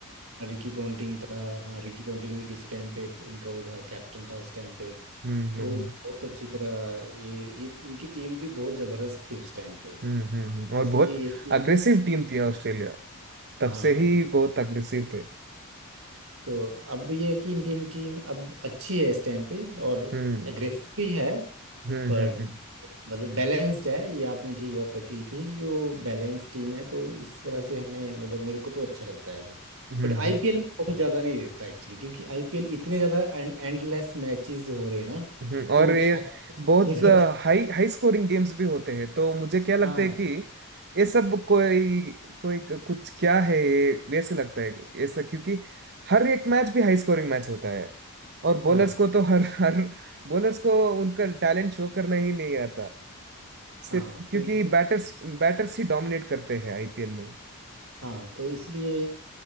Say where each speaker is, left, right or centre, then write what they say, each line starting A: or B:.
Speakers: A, on the right (about 65°); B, on the right (about 50°).
A: रिकी पोंटिंग था हाँ रिकी पोंटिंग भी किसी टाइम पे इनका वो था कैप्टन था उस टाइम पे
B: हम्म
A: तो
B: हम्म हम्म।
A: बहुत अच्छी तरह ये, ये इनकी टीम भी बहुत जबरदस्त थी उस टाइम पे
B: हम्म हम्म हम्म। और
A: बस
B: बहुत
A: ये है कि
B: अग्रेसिव टीम थी ऑस्ट्रेलिया तब
A: हाँ
B: से
A: हाँ
B: ही बहुत अग्रेसिव थे
A: तो अब ये है कि इंडियन टीम अब अच्छी है इस टाइम पे और
B: हम्म
A: अग्रेसिव भी है
B: हम्म
A: पर
B: हम्म हम्म
A: मतलब बैलेंस्ड है ये आपने ठीक बात रखी थी कि वो बैलेंस टीम है तो इस तरह से हमें मतलब मेरे को तो अच्छा लगता है वो
B: हम्म
A: बट आईपीएल में बहुत ज़्यादा नहीं देता एक्चुअली क्योंकि आईपीएल इतने ज़्यादा एंडलेस मैचेस हो रहे हैं ना
B: हम्म हम्म। और
A: तो
B: ये
A: track
B: बहुत
A: हो जाता है
B: हाई हाई स्कोरिंग गेम्स भी होते हैं तो मुझे क्या लगता
A: हाँ
B: है कि ये सब कोई कोई कुछ क्या है ये वैसे लगता है ऐसा क्योंकि हर एक मैच भी हाई स्कोरिंग मैच होता है और बॉलर्स
A: हाँ
B: को तो हर हर बॉलर्स को उनका टैलेंट शो करना ही नहीं आता सिर्फ
A: हाँ
B: क्योंकि
A: तो ये-
B: बैटर्स बैटर्स ही डोमिनेट करते हैं आईपीएल में
A: हाँ तो इसलिए